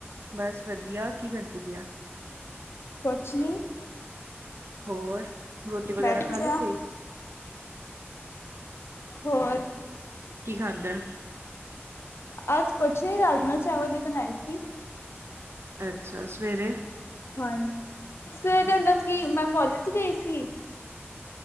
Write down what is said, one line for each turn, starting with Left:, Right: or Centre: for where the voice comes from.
Right: ਬਸ ਵਧੀਆ ਕੀ ਕਰਦੀ ਪਈ
Left: ਕੁਛ ਨੀ
Right: ਹੋਰ ਰੋਟੀ ਵਗੈਰਾ
Left: ਬੈਠੇ
Right: ਖਾ
Left: ਦੇ
Right: ਲਈ
Left: ਆ
Right: ਸੀ
Left: ਹੋਰ
Right: ਕੀ ਖਾਧਾ
Left: ਆਜ ਕੁਛ ਨੀ ਰਾਜਮਾ ਚਾਵਲ ਹੀ ਬਨਾਏ ਸੀ
Right: ਅੱਛਾ ਸਵੇਰੇ
Left: ਹਾਂਜੀ, ਸਵੇਰੇ ਮਤਲਬ ਕੀ ਮੈਂ ਕੋਲੇਜ ਗਈ ਸੀ।